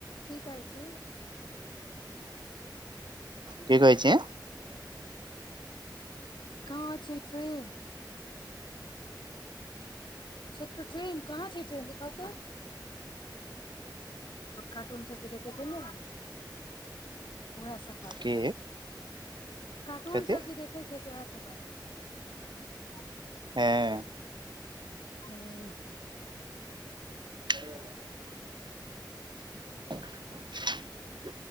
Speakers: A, on the left; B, on the right.
A: की कहै छी
B: की कहै छ
A: कहाँ छै ट्रेन ट्रेन कहाँ छै। ट्रेन देख त कार्टून सबके देख छै। ने उएह सभ बाजैत
B: के
A: रहै छै। कार्टूनसभ
B: कथी
A: जे देखै छै। स इएहसभ बाजल छै।
B: हँ
A: हँ
B: कर <unintelligible>